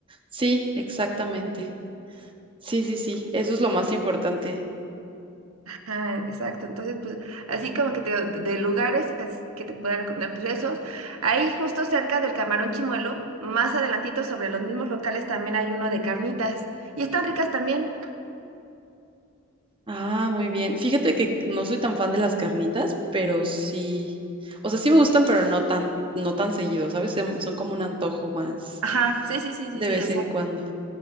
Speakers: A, on the right (about 25°); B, on the right (about 90°).
A: Sí, exactamente. Sí, sí, sí, eso es lo más importante.
B: Ah, exacto. Entonces, pues, así como que te, de lugares así que te pueda recomendar, pues esos. Ahí justo cerca del Camarón Chimuelo, más adelantito sobre los mismos locales también hay uno de carnitas. Y están ricas también.
A: Ah, muy bien. Fíjate que no soy tan fan de las carnitas, pero sí. O sea, sí me gustan, pero no tan, no tan seguido, ¿sabes? Son, son como un antojo más
B: Ajá, sí, sí, sí, sí,
A: de
B: sí,
A: vez
B: exacto.
A: en cuando.